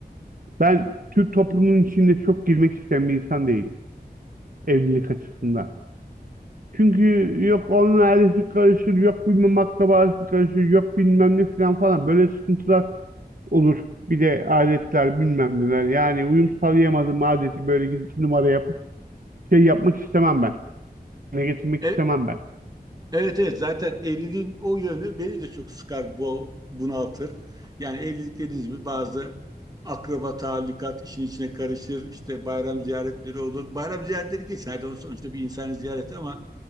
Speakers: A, on the right (about 55°); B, on the right (about 20°).
A: Ben Türk toplumunun içinde çok girmek isteyen bir insan değilim evlilik açısından. Çünkü yok onun ailesi karışır, yok bilmem akrabası karışır, yok bilmem ne filan falan. Böyle sıkıntılar olur. Bir de adetler bilmem neler. Yani uyum sağlayamadım adeti böyle gidip numara yapıp şey yapmak istemem ben. Ne getirmek
B: E,
A: istemem ben.
B: evet evet zaten evliliğin o yönü beni de çok sıkar, bu, bunaltır. Yani evlilik dediğiniz gibi bazı akraba talikat işin içine karışır. İşte bayram ziyaretleri olur. Bayram ziyaretleri geçsin. Hadi o sonuçta bir insanı ziyaret ama